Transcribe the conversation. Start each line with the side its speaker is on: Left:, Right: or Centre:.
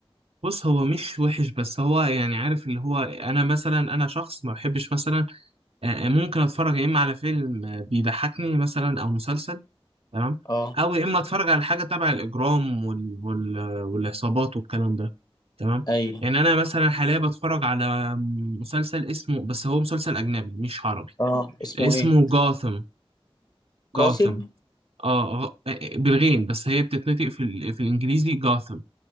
Right: بص هو مش وحش بس هو يعني عارف اللي هو انا مثلا انا شخص ما بحبش مثلا آه، ممكن اتفرج يا اما على فيلم آه، بيضحكني مثلا او مسلسل تمام
Left: اه
Right: او يا اما اتفرج على حاجه تبع الاجرام وال... وال... والعصابات والكلام ده تمام
Left: أيوه
Right: يعني انا مثلا حاليا بتفرج على مسلسل اسمه بس هو مسلسل اجنبي مش عربي
Left: اه اسمه
Right: اسمه
Left: إيه؟
Right: جاثم
Left: قاسم؟
Right: جاثم اه آه، بالغين بس هي بتتنطق في ال... في الانجليزي جاثم